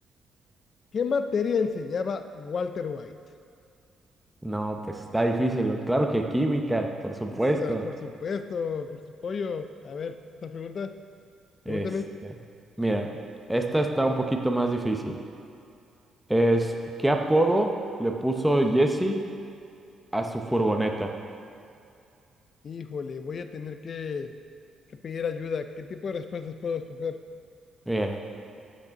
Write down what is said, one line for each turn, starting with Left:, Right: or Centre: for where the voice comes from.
Left: ¿Qué materia enseñaba Walter White?
Centre: No, pues está difícil. ¿no? Claro que química, por supuesto.
Left: O sea, por supuesto, por su pollo. A ver, otra pregunta. Pregúntame.
Centre: Este, mira, esta está un poquito más difícil. Es, ¿qué apodo le puso Jesse a su furgoneta?
Left: Híjole, voy a tener que, que pedir ayuda. ¿Qué tipo de respuestas puedo escoger?
Centre: Mira,